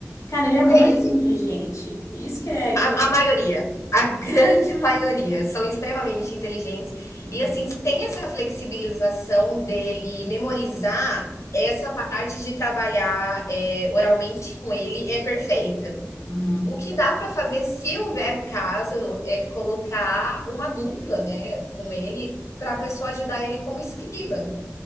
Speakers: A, on the left; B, on the left.
A: cara, ele é muito
B: Tem
A: inteligente. Isso que é
B: a,
A: que. é,
B: a maioria, a <laughs> grande maioria, são extremamente inteligentes.
A: Uhum,
B: E assim, se tem essa flexibilização dele memorizar, essa parte de trabalhar é, oralmente com ele é perfeita.
A: uhum,
B: O que dá para fazer, se houver o caso, é colocar uma dupla né, com ele para a pessoa ajudar ele como escriba.